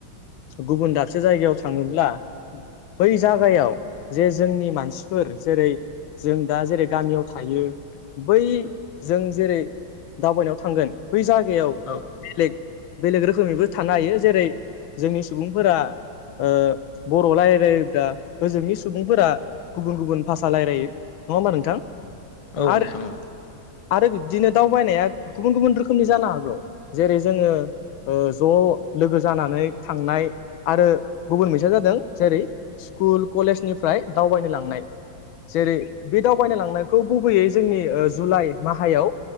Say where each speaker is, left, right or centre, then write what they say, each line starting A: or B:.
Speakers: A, on the left; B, on the left.
A: गुबुन दाबसे जायगायाव थाङोब्ला बै जागायाव जे जोंनि मानसिफोर जेरै जों दा जेरै गामियाव थायो बै जों जेरै दावबायनायाव थांगोन बै जायगायाव
B: औ
A: बेलेग बेलेग रोखोमैबो थानो हायो जेरै जोंनि सुबुंफोरा ओ बर' राय्लायोबब्ला ओजोंनि सुबुंफोरा गुबुन गुबुन भाषा रायलायो नङा होमबा नोंथां।
B: औ
A: आरो
B: नोंथां उम
A: आरो बिब्दिनो दावबायनाया गुबुन गुबुन रोखोमनि जानो हागौ जेरै जोङो ओ ज' लोगो जानानै थांनाय आरो गुबुन मोनसेया जादों जेरै स्कुल कलेजनिफ्राय दावबायनो लांनाय जेरै बे दावबायनो लांनायखौ गुबैयै जोंनि ओ जुलाइ माहायाव